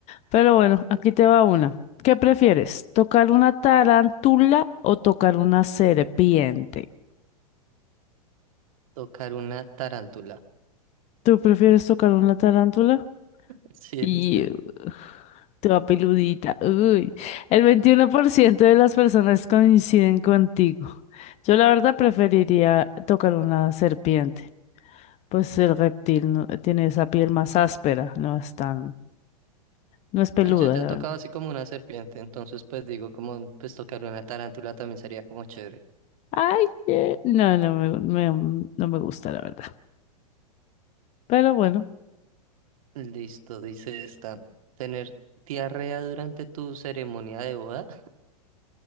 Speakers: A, on the left; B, on the right.
A: Pero bueno, aquí te va una. ¿Qué prefieres? ¿Tocar una tarántula o tocar una serpiente?
B: Tocar una tarántula.
A: ¿Tú prefieres tocar una tarántula?
B: Sí,
A: Y
B: en este.
A: ugh, toda peludita. Uy, el 21% de las personas coinciden contigo. Yo la verdad preferiría tocar una serpiente. Pues el reptil no- tiene esa piel más áspera, no es tan, no es peluda,
B: Pues yo ya
A: la
B: he tocado
A: verdad.
B: así como una serpiente, entonces pues digo como pues tocar una tarántula también sería como chévere.
A: Ay, qué- no, no me, me- no me gusta, la verdad. Pero bueno.
B: Listo, dice esta. Tener diarrea durante tu ceremonia de boda